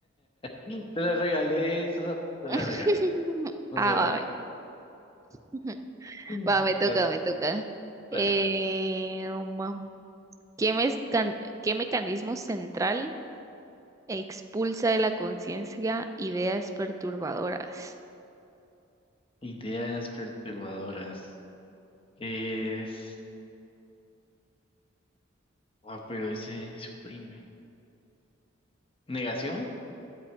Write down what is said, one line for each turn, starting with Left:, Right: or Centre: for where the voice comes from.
Left: Mm, Te la regalé, Sasa, te
Right: <laughs>
Left: la regalé. No
Right: Ah,
Left: se vale.
Right: va, a ver.
Left: Mm.
Right: Va, me toca,
Left: Dale,
Right: me toca.
Left: dale.
Right: Eh, um, ¿qué mezcan- qué mecanismo central expulsa de la conciencia ideas perturbadoras?
Left: Ideas perturbadoras. Es... Ah, pero dice suprime. ¿Negación?